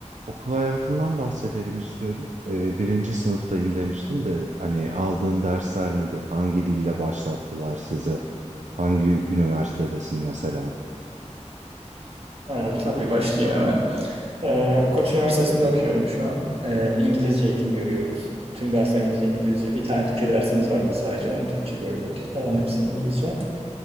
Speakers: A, on the right; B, on the right.
A: Okul hayatından bahsedelim istiyorum. Ee, birinci sınıftayım demiştin de hani aldığın dersler nedir? Hangi dille başlattılar sizi? Hangi üniversitedesin mesela?
B: Ee, tabii başlayayım hemen. Ee, Koç Üniversitesi'nde okuyorum şu an. Ee, İngilizce eğitim görüyoruz. Tüm derslerimiz İngilizce. Bir tane Türkçe dersimiz vardı sadece. Onu Türkçe gördük. Kalan hepsi İngilizce.